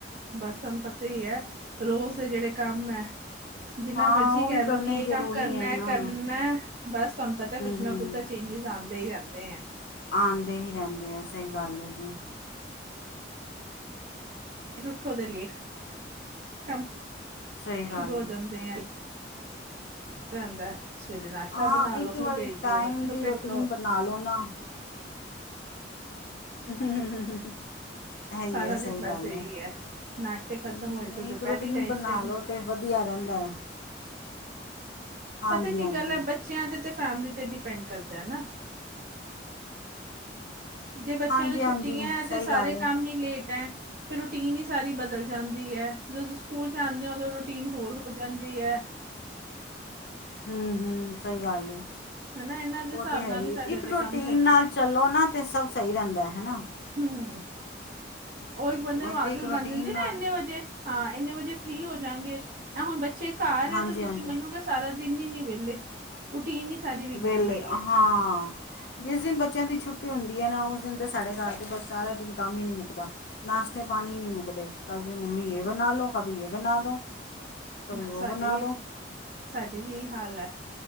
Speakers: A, on the right; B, on the left.
A: ਬਸ ਤੁਹਾਨੂੰ ਪਤਾ ਹੀ ਹੈ ਰੋਜ਼ ਜਿਹੜੇ ਕੰਮ ਹੈ। ਜਿੰਨਾ
B: ਹਾਂ
A: ਮਰਜੀ
B: ਉਹ
A: ਕਹਿ
B: ਵੀ ਕਰਨੇ
A: ਲਓ ਕਿ ਇਹ
B: ਜ਼ਰੂਰੀ
A: ਕੰਮ ਕਰਨਾ-ਕਰਨਾ
B: ਹੈ ਨਾ ਹੂੰ
A: ਬਸ ਤੁਹਾਨੂੰ ਪਤਾ ਕੁੱਛ ਨਾ
B: ਹੂੰ
A: ਕੁੱਛ ਤਾਂ ਚੇਂਜਜ। ਜਾਂਦੇ ਹੀ ਰਹਿੰਦੇ ਆ
B: ਆਉਂਦੇ ਹੀ ਰਹਿੰਦੇ ਆ ਸਹੀ ਗੱਲ ਹੈ ਜੀ
A: ਫਿਰ ਉੱਠੋ ਦੇ ਲੇਟ ਕੰਮ
B: ਸਹੀ ਗੱਲ
A: ਸ਼ੁਰੂ ਹੋ
B: ਹੈ
A: ਜਾਂਦੇ ਆ ਰਹਿੰਦਾ ਹੈ ਸਵੇਰੇ ਨਾਸ਼ਤਾ
B: ਹਾਂ
A: ਬਣਾ
B: ਇੱਕ
A: ਲੋ ਉਹ ਨੂੰ
B: ਵਾਰੀ
A: ਭੇਜ
B: ਟਾਈਮ
A: ਲੋ ਹੱਟੀ ਨੂੰ
B: ਦੀ
A: ਭੇਜ
B: ਰੂਟੀਨ
A: ਲੋ
B: ਬਣਾ ਲਓ ਨਾ ਇਹੀ
A: ਸਾਰਾ
B: ਹੈ
A: ਦਿਨ
B: ਸਹੀ
A: ਬਸ
B: ਗੱਲ
A: ਇਹੀ
B: ਹੈ
A: ਨਾਸ਼ਤੇ ਖਤਮ
B: ਨਹੀਂ
A: ਹੋਏ ਤੇ ਦੁਪਹਿਰ
B: ਰੂਟੀਨ
A: ਦੀ ਟੈਨਸ਼ਨ
B: ਬਣਾ ਲੋ ਤੇ ਵਧੀਆ ਰਹਿੰਦਾ ਹੈ ਹਾਂਜੀ
A: ਪਤਾ ਕੀ
B: ਹਾਂਜੀ
A: ਗੱਲ ਹੈ ਬੱਚਿਆਂ ਤੇ-ਤੇ ਫੈਮਲੀ ਤੇ ਡਿਪੈਂਡ ਕਰਦਾ ਹੇਨਾ ਜੇ ਬੱਚਿਆਂ
B: ਹਾਂਜੀ
A: ਨੂੰ ਛੁੱਟਟੀਆਂ
B: ਹਾਂਜੀ ਸਹੀ
A: ਤੇ ਸਾਰੇ
B: ਗੱਲ
A: ਕੰਮ
B: ਹੈ
A: ਹੀ ਲੇਟ ਹੈ ਫਿਰ ਰੂਟੀਨ ਹੀ ਸਾਰੀ ਬਦਲ ਜਾਂਦੀ ਹੈ ਜਦੋਂ ਸਕੂਲ ਜਾਂਦੇ ਓਦੋਂ ਰੂਟੀਨ ਹੋਰ ਹੋ ਜਾਂਦੀ ਹੈ
B: ਹਮ-ਹਮ ਸਹੀ ਗੱਲ
A: ਹਨਾ ਇਹਨਾਂ ਦੇ
B: ਉਹ
A: ਹਿਸਾਬ
B: ਤੇ ਹੈ
A: ਨਾਲ
B: ਹੀ
A: ਸਾਡਾ
B: ਇੱਕ
A: ਤਾਂ
B: ਰੋਟੀਨ
A: ਕੰਮ ਚੱਲਣਾ
B: ਨਾਲ ਚਲੋ ਨਾ ਤੇ ਸਭ ਸਹੀ ਰਹਿੰਦਾ ਹੈ ਹਨਾ
A: ਹਮ ਉਹ ਇੱਕ ਬੰਦੇ
B: ਉਹੀ
A: ਨੂੰ ਆਦਤ
B: ਤਾਂ ਇੱਕ ਰੂਟੀਨ
A: ਬਣ ਜਾਂਦੀ ਨਾ
B: ਨਾਲ
A: ਇੰਨੇ ਵਜੇ ਹਾਂ ਇੰਨੇ ਵਜੇ ਫ੍ਰੀ ਹੋ ਜਾਣਗੇ ਨਾ ਹੁਣ ਬ ਚ ਘਰ ਹੈ
B: ਹਾਂਜੀ
A: ਤੇ ਤੁਸੀਂ
B: ਹਾਂਜੀ
A: ਮੰਨੋਗੇ ਸਾਰਾ ਦਿਨ ਹੀ ਨੀ ਵਿਹਲੇ ਰੂਟੀਨ ਹੀ ਸਾਰੀ ਵਿਗੜੀ
B: ਵੇਹਲੇ
A: ਪਈ
B: ਹਾਂ ਜਿਸ ਦਿਨ ਬੱਚਿਆਂ ਦੀ ਛੁੱਟੀ ਹੁੰਦੀ ਹੈ ਨਾ ਉਸ ਦਿਨ ਤੇ ਸਾਡੇ ਘ ਬਸ ਸਾਰਾ ਦਿਨ ਕੰਮ ਹੀ ਨਹੀਂ ਮੁੱਕਦਾ ਨਾਸ਼ਤੇ ਪਾਣੀ ਨਹੀਂ ਮੁੱਕਦੇ ਕਦੇ ਮੰਮੀ ਇਹ ਬਣਾ ਲਓ ਕਭੀ ਇਹ ਬਣਾ ਬਨਾਂ ਦੋ ਕਭੀ ਉਹ
A: ਸਾਡੇ
B: ਬਣਾ
A: ਵੀ
B: ਦੋ
A: ਸਾਡੇ ਵੀ ਇਹ ਹਾਲ ਹੈ